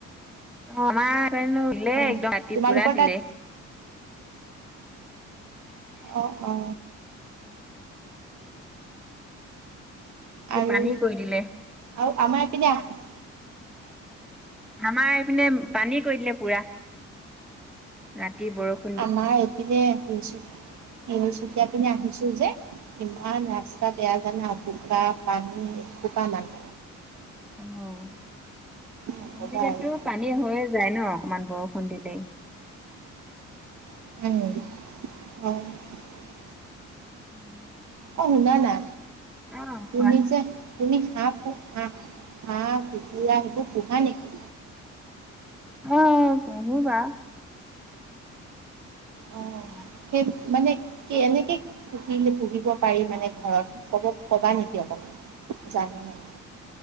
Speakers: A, in the centre; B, on the right.
A: আমাৰ দিলে
B: অ
A: একদম ৰাতি
B: তোমালোকৰ
A: পুৰা দিলে।
B: তাত
A: <inaudible>
B: অ, অ। আৰু,
A: পানী কৰি দিলে
B: আৰু আমাৰ এইপিনে আহ
A: আমাৰ এইপিনে পানী কৰি দিলে পুৰা ৰাতি বৰষ
B: আমাৰ এইপিনে তিনিচু-তিনিচুকীয়া পিনে আহিছিল যে ইমান ৰাচ। <unintelligible> বেয়া জানা বোকা পানী এক কঁকাল মান।
A: <unintelligible>
B: নকবা আৰু
A: পানী হৈয়ে যায় নহ অকমান বৰষুণ দিলেই।
B: <unintelligible> <unintelligible>
A: <inaudible>
B: অ শুনা না
A: অ
B: তুমি যে। তুমি হাঁহ <unintelligible> হাঁহ কুকুৰা সেইবোৰ পুহা নেকি।
A: <unintelligible> <unintelligible>
B: অ <unintelligible> মানে কি এনেকে <unintelligible> পুহিব পাৰি মানে ঘৰত ক'ব ক'বা নেকি অকমান জানোঁ মানে।